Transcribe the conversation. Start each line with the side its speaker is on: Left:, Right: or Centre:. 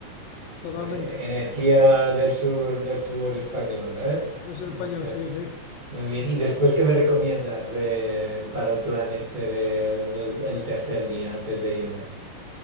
Left: totalmente.
Right: En- energía del sur, del sur español, ¿eh?
Left: Yo soy
Right: Este,
Left: español, sí, sí.
Right: muy bien. ¿Y después qué me recomiendas de, para el plan este de- del el tercer día antes de irme?